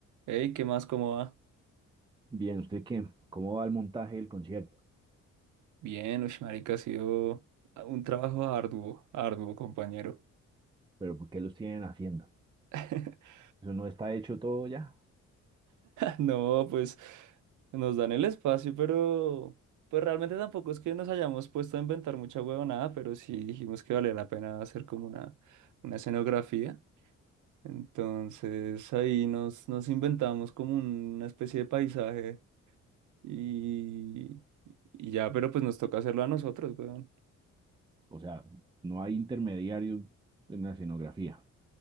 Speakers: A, on the right; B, on the right.
A: Hey, ¿qué más? ¿Cómo va?
B: Bien, ¿usted qué? ¿Cómo va el montaje del concierto?
A: Bien, uy, marica, ha sido un trabajo arduo, arduo, compañero.
B: ¿Pero por qué los tienen haciendo?
A: <laughs>
B: ¿Eso no está hecho todo ya?
A: No, pues nos dan el espacio, pero pues realmente tampoco es que nos hayamos puesto a inventar mucha huevonada, pero sí dijimos que valía la pena hacer como una, una escenografía. Entonces ahí nos, nos inventamos como una especie de paisaje y, y ya, pero pues nos toca hacerlo a nosotros, weón.
B: O sea, no hay intermediarios en la escenografía.